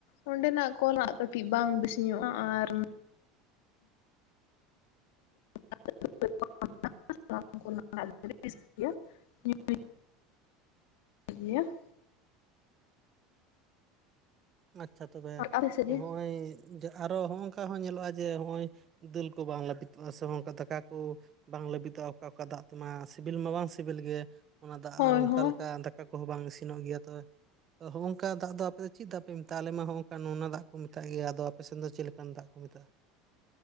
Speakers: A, on the left; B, on the right.
A: ᱚᱸᱰᱮᱱᱟᱜ ᱠᱚᱞ ᱱᱷᱟᱜ ᱠᱟᱹᱴᱤᱜ ᱵᱟᱝ ᱵᱮᱥ ᱧᱚᱜᱼᱟ ᱟᱨᱼᱼ <unintelligible> <unintelligible> ᱵᱮᱥ ᱜᱮᱭᱟ <unintelligible> ᱴᱷᱤᱠ ᱜᱮᱭᱟ ᱾
B: ᱟᱪᱪᱷᱟ ᱛᱚᱵᱮ
A: ᱟᱨ ᱟᱯᱮ ᱥᱮᱫ
B: ᱦᱚᱸᱜᱼᱚᱭᱼᱼ
A: ᱜᱮ
B: ᱡᱮ ᱟᱨᱚ ᱦᱚᱸᱜᱼᱚᱝᱠᱟ ᱦᱚᱸ ᱧᱮᱞᱚᱜᱼᱟ, ᱡᱮ ᱱᱚᱜᱼᱚᱭ ᱫᱟᱹᱞ ᱠᱚ ᱵᱟᱝ ᱞᱟᱹᱵᱤᱛᱚᱜᱼᱟ ᱥᱮ ᱦᱚᱸᱜᱼᱚᱝᱠᱟ ᱫᱟᱠᱟ ᱠᱚᱼᱼ ᱵᱟᱝ ᱞᱟᱹᱵᱤᱫᱚᱜᱼᱟ ᱚᱠᱟ ᱚᱠᱟ ᱫᱟᱜᱽ ᱛᱮᱢᱟ ᱥᱤᱵᱤᱞ ᱢᱟ ᱵᱟᱝ ᱥᱤᱵᱤᱞ ᱜᱮ ᱾ ᱚᱱᱟ ᱫᱟᱜᱽ
A: ᱦᱳᱭ
B: ᱟᱨ ᱚᱱᱠᱟ
A: ᱦᱳᱭ
B: ᱞᱮᱠᱟ ᱫᱟᱠᱟ ᱠᱚᱦᱚᱸ ᱤᱥᱤᱱᱚᱜ ᱜᱮᱭᱟ, ᱛᱚᱵᱮ ᱦᱚᱸᱜ-ᱚᱝᱠᱟ ᱫᱟᱜᱽ ᱫᱚ ᱟᱯᱮ ᱫᱚ ᱪᱤᱜ ᱫᱟᱜᱽ? ᱛᱟᱦᱞᱮ ᱢᱟ ᱦᱚᱸᱜ-ᱚᱝᱠᱟ ᱱᱚᱱᱟ ᱫᱟᱜᱽ ᱠᱚ ᱢᱮᱛᱟᱜ ᱜᱮᱭᱟ ᱟᱫᱚ ᱟᱯᱮ ᱥᱮᱱ ᱫᱚ ᱪᱮᱜ ᱞᱮᱠᱟᱱ ᱫᱟᱜᱽ ᱠᱚ ᱢᱮᱛᱟᱜᱼᱟ?